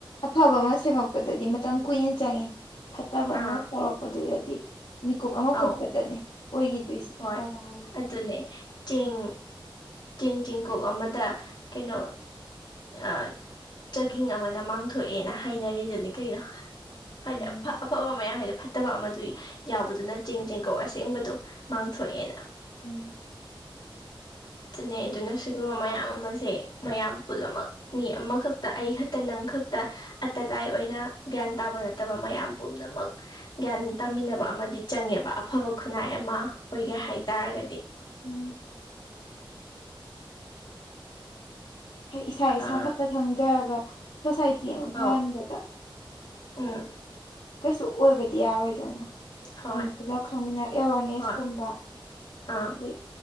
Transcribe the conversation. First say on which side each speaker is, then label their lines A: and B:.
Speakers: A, on the left; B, on the left.
A: ꯑꯐꯕ ꯑꯃ ꯁꯦꯝꯃꯛꯄꯗꯗꯤ ꯃꯇꯝ ꯀꯨꯏꯅ ꯆꯪꯏ ꯐꯠꯇꯕ
B: ꯑꯥ
A: ꯑꯃ ꯇꯧꯔꯛ ꯄꯗꯨꯗꯗꯤ ꯃꯤꯀꯨꯞ ꯑꯃ
B: ꯑꯧ
A: ꯀꯨꯞꯄꯗꯅꯦ ꯑꯣꯏꯈꯤꯗꯣꯏꯁꯤ
B: ꯍꯣꯏ
A: ꯐꯠꯇꯕ ꯍꯥꯏꯕꯁꯤꯗꯤ
B: ꯑꯗꯨꯅꯦ ꯆꯦꯡ
A: ꯎꯝ꯫
B: ꯆꯦꯡ ꯆꯦꯡꯀꯣꯛ ꯑꯃꯗ ꯀꯩꯅꯣ ꯑ ꯆꯒꯤꯡ ꯑꯃꯅ ꯃꯥꯡꯊꯣꯛꯑꯦꯅ ꯍꯥꯏꯅꯔꯤꯗꯨꯅꯤ ꯀꯩꯅꯣ꯫ ꯍꯥꯏꯗꯤ
A: ꯎꯝ
B: ꯑꯐ ꯑꯐꯕ ꯃꯌꯥꯝ ꯍꯥꯏꯗꯣ ꯐꯠꯇꯕ ꯑꯃꯗꯨ ꯌꯥꯎꯕꯗꯨꯅ ꯆꯦꯡ ꯆꯦꯡꯀꯧ ꯑꯁꯦꯡꯕꯗꯣ ꯃꯥꯡꯊꯣꯛꯑꯦꯅ꯫
A: ꯎꯝ
B: ꯑꯗꯨꯅꯦ ꯑꯗꯨꯅ ꯁꯤꯒꯨꯝꯕ ꯃꯌꯥꯝ ꯑꯃꯁꯦ ꯃꯌꯥꯝ ꯄꯨꯝꯅꯃꯛ ꯃꯤ ꯑꯃꯈꯛꯇ ꯑꯩ ꯈꯛꯇ ꯅꯪ ꯈꯛꯇ ꯑꯇꯇꯥꯏ ꯑꯣꯏꯅ ꯒ꯭ꯌꯥꯟ ꯇꯥꯕ ꯅꯠꯇꯕ ꯃꯌꯥꯝ ꯄꯨꯝꯅꯃꯛ ꯒ꯭ꯌꯥꯟ ꯇꯥꯃꯤꯟꯅꯕ ꯑꯃꯗꯤ ꯆꯪꯉꯦꯕ ꯑꯐꯕ ꯈꯨꯟꯅꯥꯏ ꯑꯃ ꯑꯣꯏꯒꯦ ꯍꯥꯏꯇꯥꯔꯒꯗꯤ꯫
A: ꯎꯝ꯫ ꯍꯥꯏ ꯏꯁꯥ
B: ꯑꯥ
A: ꯏꯁꯥ ꯈꯛꯇ ꯈꯪꯖꯔꯒ ꯁꯣꯁꯥꯏꯇꯤ ꯑꯃ ꯐꯍꯟꯕꯗ
B: ꯑꯧ ꯎꯝ
A: ꯍꯥꯏꯗꯤ ꯀꯩꯁꯨ ꯑꯣꯏꯕꯗꯤ ꯌꯥꯔꯣꯏꯗꯅ꯫
B: ꯍꯣꯏ
A: ꯃꯤ ꯄꯨꯜꯂꯞ ꯈꯪꯃꯤꯟꯅꯔ ꯑꯦꯋꯥꯔꯅꯦꯁꯀꯨꯝꯕ
B: ꯍꯣꯏ ꯑꯥ
A: ꯗꯩ